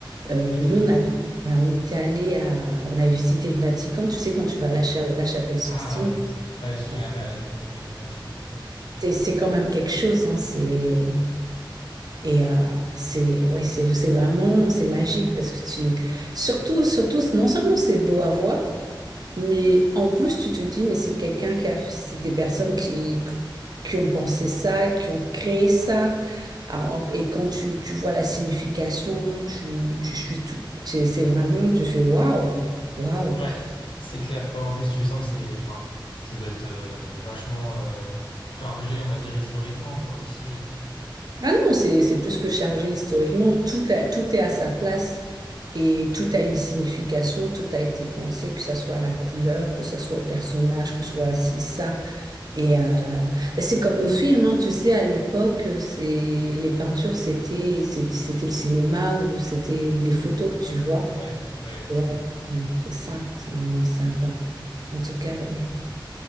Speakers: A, on the right; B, on the left.
A: Euh,
B: C'est
A: nous,
B: clair.
A: on avait, ouais, on était allé à, on avait visité le Vatican. Tu sais, quand tu vas à la, cha- la chapelle Sixtine,
B: Ah ouais. Ouais, je suis
A: ouais,
B: jamais allé, faudrait que je le fasse une fois.
A: c'est, c'est quand même quelque chose. hein, c'est, et euh, c'est, ouais, c'est, c'est vraiment, c'est magique parce que tu, surtout, surtout, non seulement c'est beau à voir, mais en plus, tu te dis, mais c'est quelqu'un qui a, c'est des personnes qui, qui ont pensé ça, qui ont créé ça. Alors, et quand tu, tu vois la signification, tu, tu suis tout. Tu- C'est vraiment, tu fais waouh, waouh.
B: Ouais. C'est clair. Ouais, en plus, tu sens que c'est, enfin, ça doit être euh, vachement euh, chargé, on va dire historiquement, quoi, aussi. euh.
A: Ah non, c'est, c'est plus que chargé historiquement. Tout a- tout est à sa place et tout a une signification, tout a été pensé, que ça soit à la couleur, que ça soit au personnage, que ce soit ci, ça. Et euh, ben, c'est comme nos films, hein. Tu sais, à l'époque, euh, c'est, les peintures, c'était, c'était c'était le cinéma ou c'était les photos, tu vois.
B: Ouais, ouais, exactement.
A: Ouais, ouais, c'est ça, c'est vraiment ça, quoi. En tout cas, oui.